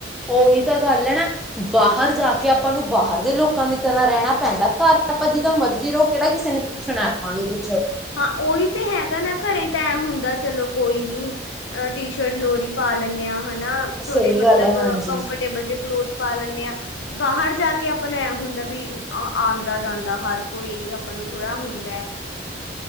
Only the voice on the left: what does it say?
ਹਾਂ, ਉਹੀ ਤੇ ਹੈਗਾ ਨਾ, ਘਰੇ ਤਾਂ ਐ ਹੁੰਦਾ, ਚਲੋ ਕੋਈ ਨੀ ਅ ਟੀ-ਸ਼ਰਟ ਲੋਰ ਹੀ ਪਾ ਲੈਂਦੇ ਹਾਂ, ਹਨਾ
ਥੋੜੇ ਮਤਲਬ
ਕੰਫਰਟ ਟੇਬਲ ਜੇ ਕਲੋਥ ਪਾ ਲੈਂਦੇ ਆਂ। ਬਾਹਰ ਜਾ ਕੇ ਆਪਾਂ ਨੂੰ ਐ ਹੁੰਦਾ ਵੀ, ਆਉਂਦਾ-ਜਾਂਦਾ ਹਰ ਕੋਈ ਆਪਾਂ ਨੂੰ ਥੋੜ੍ਹਾ ਹੁੰਦਾ